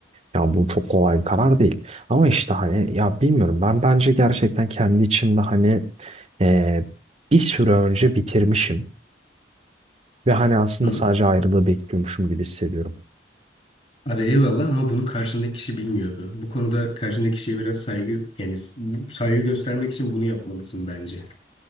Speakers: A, on the right; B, on the left.
A: ya bu çok kolay bir karar değil ama işte hani ya bilmiyorum ben bence gerçekten kendi içimde hani eee, bir süre önce bitirmişim. Ve hani aslında
B: Hı.
A: sadece ayrılığı bekliyormuşum gibi hissediyorum.
B: Abi eyvallah ama bunu karşındaki kişi bilmiyordu. Bu konuda karşındaki kişiye biraz saygı yani s- bu- saygı göstermek için bunu yapmalısın bence.